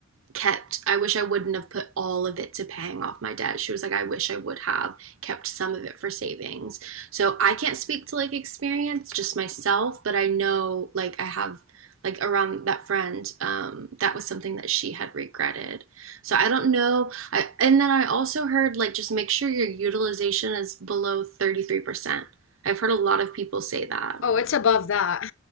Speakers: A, on the right; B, on the left.
A: kept i wish i wouldn't have put all of it to paying off my debt she was like i wish i would have kept some of it for savings so i can't speak to like experience just myself but i know like i have like around that friend um that was something that she had regretted so i don't know i and then i also heard like just make sure your utilization is below 33% i've heard a lot of people say that
B: Oh, it's above that.